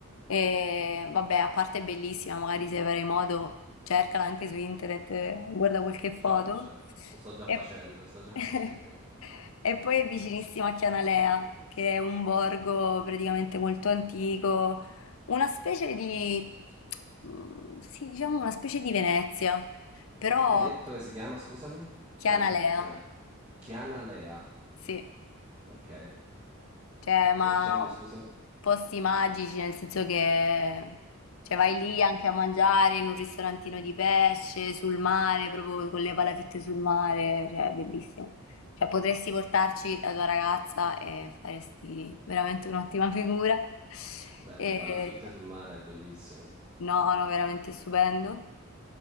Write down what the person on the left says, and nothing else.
E vabbè, a parte è bellissima, magari se avrai modo, cercala anche su internet, eh, guarda qualche foto.
E,
<laughs>
e poi è vicinissima a Chianalea, che è un borgo praticamente molto antico, una specie di, mm, sì, diciamo una specie di Venezia, però
Chianalea,
sì.
Cioè, ma
posti magici, nel senso che cioè, vai lì anche a mangiare in un ristorantino di pesce, sul mare, proprio con le palafitte sul mare, cioè, è bellissimo. Cioè, potresti portarci la tua ragazza e faresti veramente un'ottima figura.
E-
no, no, veramente stupendo.